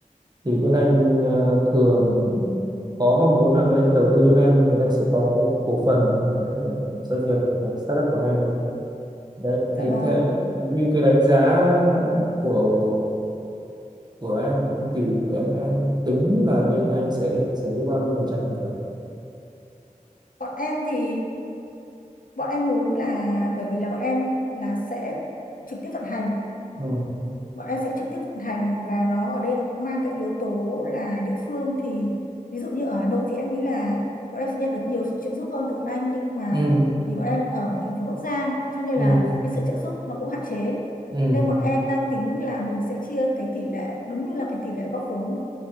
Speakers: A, on the right (about 30°); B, on the left (about 80°).
A: thì bên anh ờ, thường có mong muốn là bên anh sẽ đầu tư cho em nhưng bên anh sẽ có cái cổ phần của cái doanh nghiệp của cái startup của em đấy
B: Dạ
A: thì
B: vâng.
A: theo như cái đánh giá của của em một tỷ thì em em tính là bên anh sẽ được sở hữu bao nhiêu phần trăm cổ phần
B: Bọn em thì bọn em muốn là bởi vì là bọn em là sẽ trực tiếp vận hành.
A: ừ
B: Bọn em sẽ trực tiếp vận hành và nó ở đây nó cũng mang cái yếu tố là địa phương thì ví dụ như ở Hà Nội thì em nghĩ là bọn em sẽ nhận được nhiều sự trợ giúp hơn từ bọn anh nhưng mà
A: ừ
B: vì bọn em ở thành phố Bắc Giang cho nên là
A: ừ
B: cái sự trợ giúp nó cũng hạn chế.
A: ừ
B: Nên bọn em đang tính là mình sẽ chia cái tỷ lệ đúng như là cái tỷ lệ góp vốn